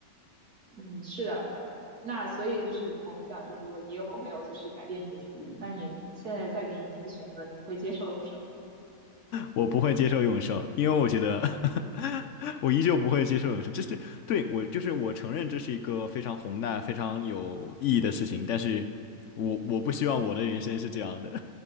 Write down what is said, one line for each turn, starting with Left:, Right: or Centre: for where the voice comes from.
Right: 嗯，是的，那所以就是我们讲这么多，你有没有就是改变你的主意？那你现在再给你一次选择，你会接受永生吗？
Left: 我不会接受永生，因为我觉得 <laughs> 我依旧不会接受永生。这是对我，就是我承认这是一个非常宏大、非常有意义的事情，但是我我不希望我的人生是这样的。